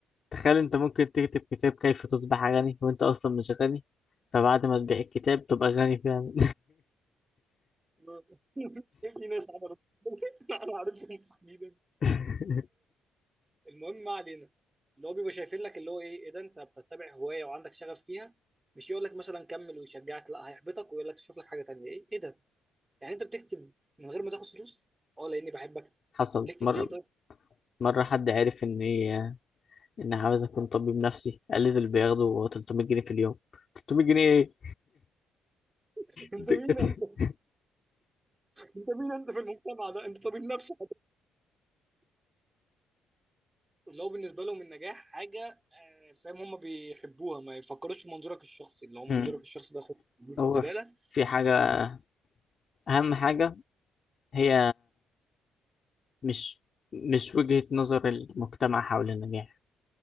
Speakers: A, on the left; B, on the right.
A: تخيل انت ممكن تكتب كتاب كيف تصبح غني وانت اصلا مش غني فبعد ما تبيع الكتاب تبقى غني فعلا
B: <laughs> في ناس عملت <laughs> انا عارفهم تحديدا
A: <laughs>
B: المهم ما علينا اللي هو بيبقى شايفين لك اللي هو ايه ايه ده انت بتتبع هوايه وعندك شغف فيها مش يقول لك مثلا كمل ويشجعك لا هيحبطك ويقول لك شوف لك حاجه تانيه ايه ايه ده يعني انت بتكتب من غير ما تاخد فلوس اه لاني بحب اكتب
A: حصل
B: تكتب
A: مرة
B: ليه طيب
A: مرة حد عرف اني ان عاوز اكون طبيب نفسي قال لي دول بياخدوا 300 جنيه في اليوم 300 جنيه ايه
B: <laughs> انت
A: <laughs>
B: مين انت انت مين انت في المجتمع ده انت طبيب نفسي اللي هو بالنسبه لهم النجاح حاجه آه، فاهم هم بيحبوها ما يفكروش في منظورك الشخصي اللي هو منظورك
A: مم.
B: الشخصي ده خد في
A: هو
B: الزباله
A: في في حاجة اهم حاجة هي مش مش وجهة نظر المجتمع حول النجاح